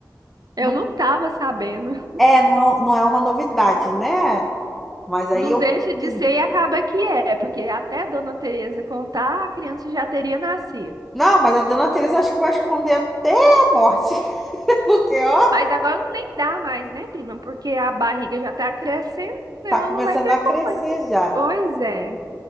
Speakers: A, on the right (about 60°); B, in the centre.
A: eu
B: não,
A: não tava sabendo.
B: é, não, não é uma novidade, né? Mas aí
A: Não
B: eu
A: deixa
B: falei
A: de
B: assim,
A: ser e acaba que é, porque até Dona Teresa contar, a criança já teria nascido.
B: não, mas a dona Teresa acho que vai esconder até a morte, <laughs> porque ó,
A: Mas agora nem dá mais, né, prima? Porque a barriga já tá crescendo, ela
B: tá começando
A: não vai ter
B: a
A: como
B: crescer
A: mais.
B: já.
A: Pois é.